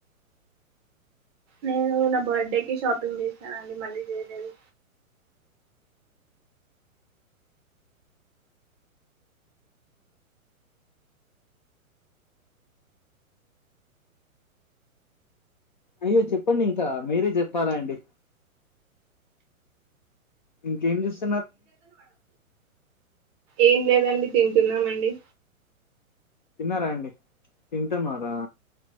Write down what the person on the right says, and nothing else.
నేను నా బర్త్డే కి షాపింగ్ చేసాను అండి మళ్ళీ చేయలేదు
ఏం లేదండి తింటున్నాం అండి